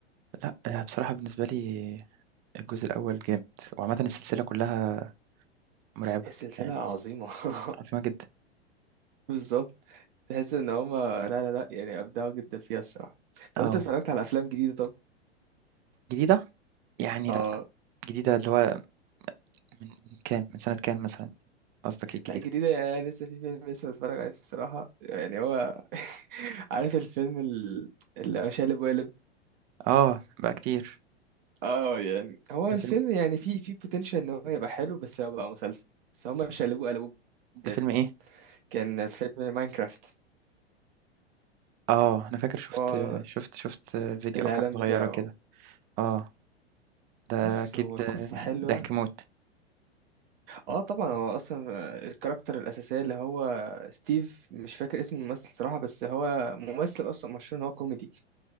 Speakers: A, on the right; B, on the right.
A: لأ، أنا بصراحة بالنسبة لي الجزء الأول جامد، وعامةً السلسلة كلّها مرعبة،
B: هي سلسله
A: يعني
B: عظيمه <laughs>
A: عظيمة جدًا،
B: بالظبط تحس ان هم لا لا لا يعني ابدعوا جدا فيها الصراحه طب
A: آه،
B: انت اتفرجت على افلام جديده طب
A: جديدة؟ يعني
B: اه
A: لأ، جديدة اللي هو من من كام، من سنة كام مثلًا قصدك ايه الجديدة؟
B: لا جديده يعني لسه في فيلم لسه بتفرج عليه الصراحه يعني هو <laughs> عارف الفيلم ال- اللي هو شقلب وقلب
A: آه، بقى كتير،
B: اه يعني هو
A: ده
B: الفيلم
A: فيلم
B: يعني فيه فيه بوتنشال ان هو يبقى حلو بس هو بقى مسلسل بس هما شقلبوه قلبوه بجد
A: ده فيلم إيه؟
B: كان فيلم ماينكرافت
A: آه، أنا فاكر شُفت
B: هو
A: شُفت شُفت فيديو
B: الإعلان
A: أو حاجة صغيّرة
B: بتاعه
A: كده، آه، ده
B: بص
A: أكيد
B: هو القصة حلوة
A: ضحك موت،
B: اه طبعا هو اصلا الكاركتر الأساسية اللي هو ستيف مش فاكر اسم الممثل صراحة بس هو ممثل اصلا مشهور ان هو كوميدي